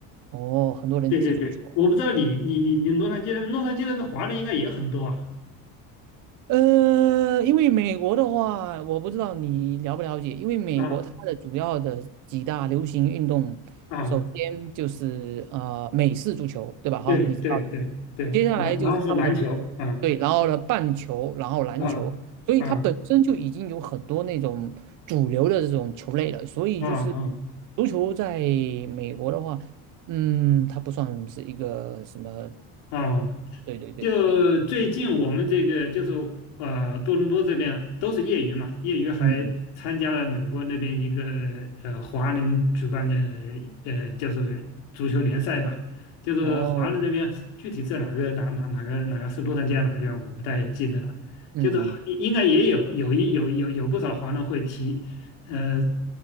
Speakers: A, on the right; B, on the left.
A: 哦，很多人踢足球，
B: 对对对，我不知道你你你你洛杉矶那边，
A: 哦
B: 洛杉矶那边华人应该也很多啊。
A: 呃，因为美国的话，我不知道你了不了解，因为美国它的主要的几大流行运动，
B: 啊啊，
A: 首先就是呃美式足球，对吧？哈，
B: 对对对对，
A: 你知道的。接下来就是他们的，
B: 篮然后是篮球，啊
A: 对，然后呢棒球，然后篮球，
B: 啊
A: 所以它本身就已经有很多那种主流的这种球类了，
B: 啊
A: 所以就是
B: 啊啊啊。
A: 足球在美国的话，嗯，它不算是一个什么，
B: 哦，
A: 对对对对对，
B: 就最近我们这个就是呃多伦多这边都是业余嘛，业余还参加了美国那边一个
A: 嗯，
B: 呃华人举办的呃就是足球联赛吧，就是华人那边具体是哪个哪哪哪个哪个是洛杉矶还是哪个地方我不太记得了，
A: 哦。嗯
B: 就是应该也有有一有有有不少华人会踢，呃，